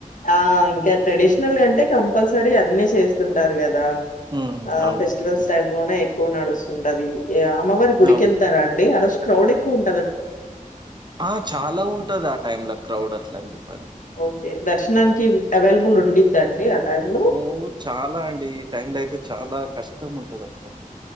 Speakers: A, on the left; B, on the right.
A: ఆ ఇంకా ట్రెడిషనల్ గా అంటే కంపల్సరీ అన్ని చేస్తుంటారు కదా
B: ఉమ్,
A: ఆ
B: అవును
A: ఫెస్టివల్స్
B: ఉమ్,
A: టైం లోనే ఎక్కువ నడుస్తుంటది అమ్మవారి గుడికెళ్తారాండి
B: అవును
A: ఆ రోజు క్రౌడ్ ఎక్కువ ఉం
B: ఆ చాలా ఉంటది ఆ టైమ్ ల క్రౌడ్ అట్లా అని చెప్పని
A: ఓకే దర్శనానికి అవైలబుల్ ఉండిద్దండి ఆ టైమ్ లో
B: మూవ్ చాలా అండి ఈ టైమ్ లో అయితే చాలా కష్టం ఉంటది అట్లని